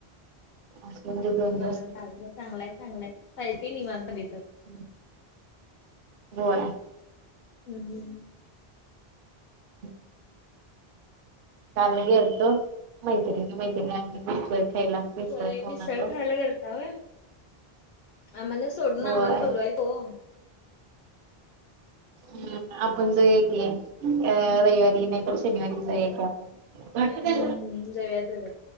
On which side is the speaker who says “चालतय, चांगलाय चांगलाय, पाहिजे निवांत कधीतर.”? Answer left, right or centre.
Left